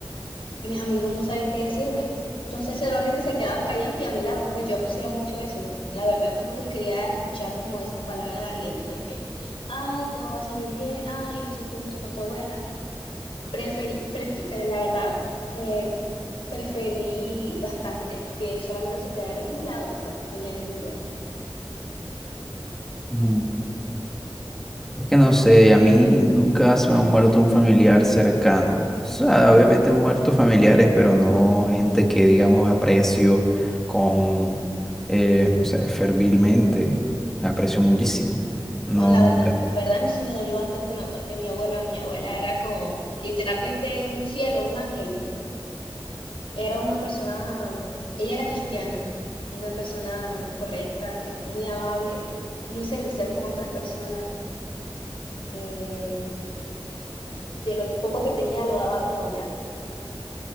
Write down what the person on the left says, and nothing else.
mis amigos no sabían qué decirme. Entonces solamente se quedaban callados y a mi lado, pues yo apreciaba mucho eso, ¿no? La verdad tampoco quería escuchar como esas palabras de aliento de que, ay, todo va a salir bien, ay, lo siento mucho por tu abuela. Preferí, prefi- eh, la verdad, eh, preferí bastante que solamente se quedaran a mi lado y me acompañaran en mi duelo.
No, la
verdad, la verdad a mí sí me dolió bastante la muerte de mi abuela. Mi abuela era como literalmente un cielo, un ángel, pues. Era una persona, ella era cristiana, una persona correcta, era muy amable, muy servicial con otras personas. eh, de lo poco que tenía lo daba todo ya.